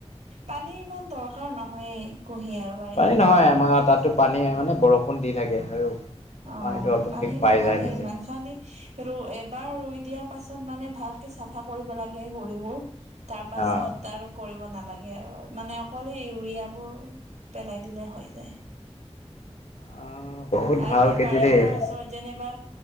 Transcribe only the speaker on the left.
পানী নহয় আমাৰ তাতো পানী মানে বৰষুণ দি থাকে আৰু।
পানীটো অট'মেটিক
পাই
যায় নিজে
অ',
অ', বহুত
ভাল
খেতি
দেই এইটো